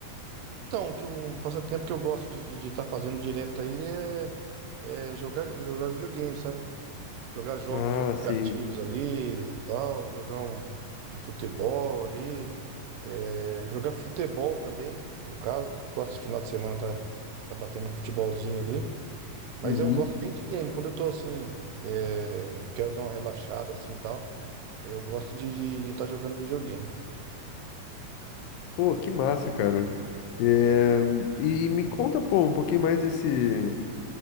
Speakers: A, on the right; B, on the left.
A: Então, que um passatempo que eu gosto de estar fazendo direto aí é, é jogar, jogar videogame, sabe? Jogar jogos
B: Ah,
A: de aplicativos
B: sim.
A: ali, e tal, jogar um, um futebol ali, é, jogar futebol também, no caso, gosto de final de semana tá, tá batendo um futebolzinho ali, mas
B: Uhum.
A: eu gosto bem de game, quando eu tô assim, é, quero dar uma relaxada assim e tal, eu gosto de estar jogando videogame.
B: Pô, que massa, cara. É, E, e me conta, pô, um pouquinho mais desse,